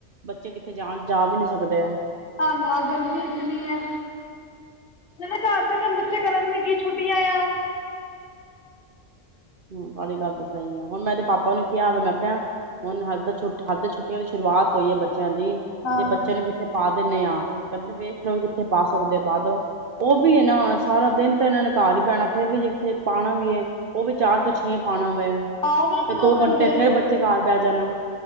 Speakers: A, on the right (about 55°); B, on the left (about 45°).
A: ਬੱਚੇ ਕਿੱਥੇ ਜਾਣ ਜਾ ਵੀ ਨੀ ਸਕਦੇ ਆ।
B: ਨਾ -ਨਾ ਗਰਮੀ ਇਤਨੀ ਹੈ। ਨਾਲੇ ਘਰ ਬੈਂ ਕੇ ਹੁਨ ਬੱਚੇ ਕਰਨ ਵੀ ਕੀ। ਛੁੱਟਿਆਂ ਆਏ।
A: ਹਮ, ਵਾਲੀ ਗੱਲ ਤਾਂ ਸਹੀ ਹੈ, ਹੁਣ ਮੈਂ ਇਦੇ ਪਾਪਾ ਨੂੰ ਕਿਹਾ ਮੈਂ ਹੁਣ ਹਜੇ ਤੇ ਛੁੱਟਿਆਂ ਦੀ ਸ਼ੁਰੂਆਤ ਹੋਈ ਹੈ ਬੱਚ ਬੱਚਿਆਂ ਦੀ
B: ਹਾਂ
A: ਤੇ ਬੱਚਿਆਂ ਨੂੰ ਕਿੱਥੇ ਪਾ ਦਿੰਦੇੇ ਆ। ਕਹਿੰਦੇ ਵੇਖ ਲਓ। ਥੇ ਪਾ ਸਕਦੇ ਪਾ ਦੋ। ਉਹ ਵੀ ਇਹ ਨਾ ਸਾਰਾ ਦਿਨ ਤਾਂ ਇਹਨਾਂ ਨੇ ਘਰ ਹੀ ਰਹਿਣਾ ਫੇਰ ਵੀ ਜਿੱਥੇ ਪਾਉਣਾ ਵੀ ਹੈ ਉਹ ਵੀ ਚਾਰ ਤੋਂ ਛੇ ਪਾਉਣਾ।
B: ਆਓ ਵੀ ਇੱਕ
A: ਫ ਦੋ ਘੰਟੇ
B: ਹੀ
A: ਫੇਰ ਬੱਚੇ ਘਰ ਬਹਿ ਜਾਣਾ।